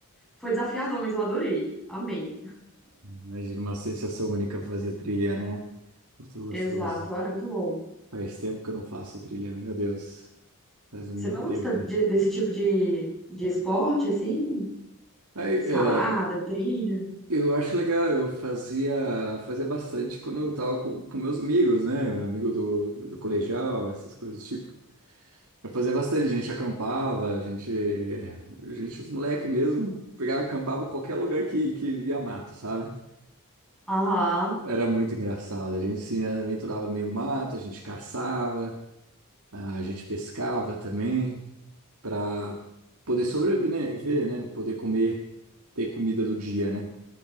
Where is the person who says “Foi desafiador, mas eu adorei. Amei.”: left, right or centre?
Centre